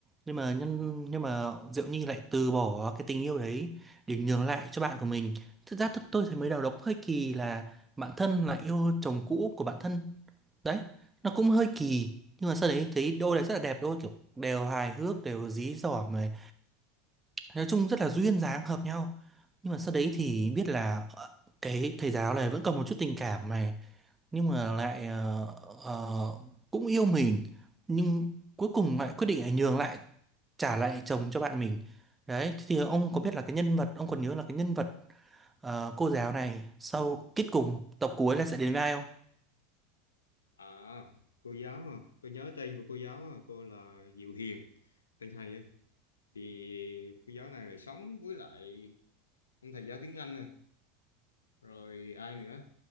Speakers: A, on the right; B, on the left.
A: nhưng mà nhân nhưng mà Diệu Nhi lại từ bỏ cái tình yêu đấy để nhường lại cho bạn của mình thực ra tôi, tôi thấy mới đầu nó cũng hơi kỳ là bạn thân lại yêu chồng cũ của bạn thân đấy nó cũng hơi kỳ nhưng mà sau đấy thấy đôi này rất là đẹp đôi kiểu đều hài hước đều dí dỏm này nói chung rất là duyên dáng hợp nhau nhưng mà sau đấy thì biết là ờ, cái thầy giáo này vẫn còn một chút tình cảm này nhưng mà lại ờ, ờ, cũng yêu mình nhưng cuối cùng lại quyết định là nhường lại trả lại chồng cho bạn mình đấy thế thì ông có biết là cái nhân vật ông còn nhớ là cái nhân vật ờ, cô giáo này sau kết cục tập cuối là sẽ đến với ai không
B: À, cô giáo à, tôi nhớ tên của cô giáo à, cô là Diệu Hiền, tên hay ấy. Thì cô giáo này lại sống với lại ông thầy giáo tiếng Anh này, rồi ai nữa,